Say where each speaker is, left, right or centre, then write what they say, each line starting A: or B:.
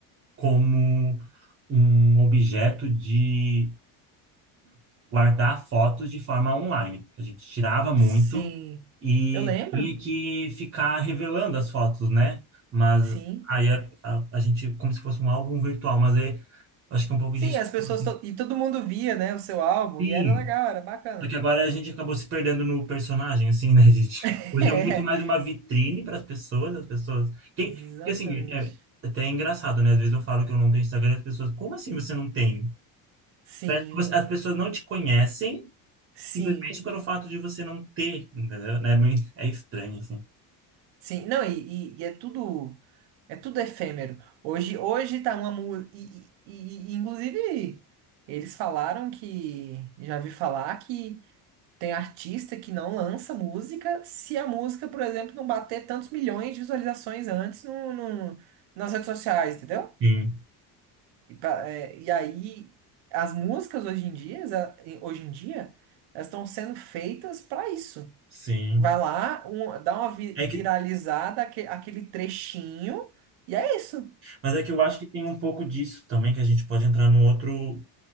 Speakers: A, on the right; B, on the right.
A: como um objeto de guardar fotos de forma online. A gente tirava muito
B: Sim.
A: e
B: Eu lembro.
A: tinha que ficar revelando as fotos, né? Mas
B: Sim.
A: aí a, a, a gente, como se fosse um álbum virtual, mas aí, acho que é um pouco
B: Sim,
A: disso.
B: as
A: que você
B: pessoas.
A: falou assim.
B: to- E todo mundo via, né, o seu álbum.
A: Sim,
B: E era legal, era bacana.
A: só que agora
B: <laughs>
A: a gente acabou se perdendo no personagem, assim, né, <laughs> gente?
B: É,
A: Hoje é muito mais uma vitrine para as pessoas, as pessoas. Quem...
B: exatamente.
A: Porque assim, é até é engraçado, né? Às vezes eu falo que eu não tenho Instagram e as pessoas, como assim você não tem?
B: Sim,
A: Parece que você- As pessoas não te conhecem
B: sim,
A: Simplesmente pelo fato de você não ter, entendeu? Né? Bem- <laughs> É estranho, assim.
B: sim. Não, e, e- e é tudo. É tudo efêmero. Hoje, hoje tá uma música. E, e- e- e, inclusive, eles falaram que. Já vi falar que. Tem artista que não lança música se a música, por exemplo, não bater tantos milhões de visualizações antes no, no- nas redes sociais, entendeu?
A: Sim,
B: E, pa- é, e aí, as músicas hoje em dia, exa- em- hoje em dia, elas estão sendo feitas para isso.
A: sim.
B: Vai lá, um- dá uma vi-
A: É
B: viralizada,
A: que,
B: aque- aquele trechinho, e é isso.
A: mas é que eu acho que tem um pouco disso também, que a gente pode entrar num outro,